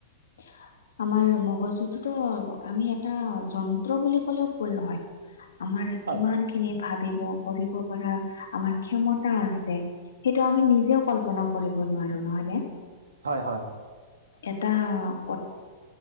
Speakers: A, on the left; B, on the right.
A: উহ <inaudible> আমাৰ মগজুটোতো আমি এটা যন্ত্ৰ বুলি ক'লেও ভুল নহয়। <inaudible> আমাৰ
B: হয়
A: কিমানখিনি ভাবিব কৰিব পৰা আমাৰ ক্ষমতা আছে <inaudible> সেইটো আমি নিজেও কল্পনা কৰিব নোৱাৰোঁ নহয় নে? <inaudible>
B: হয়-হয়। <inaudible>
A: এটা <inaudible>